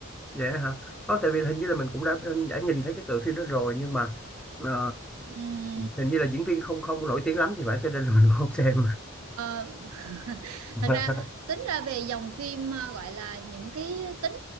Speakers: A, in the centre; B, on the right (about 80°).
A: vậy hả không tại vì hình như là mình cũng đã đã nhìn thấy cái tựa phim đó rồi nhưng mà ờ,
B: Ừm,
A: hình như là diễn viên không không nổi tiếng lắm thì phải cho nên là mình cũng không xem
B: ờ, <laughs>
A: <laughs>
B: thật ra tính ra về dòng phim à, gọi là những cái tính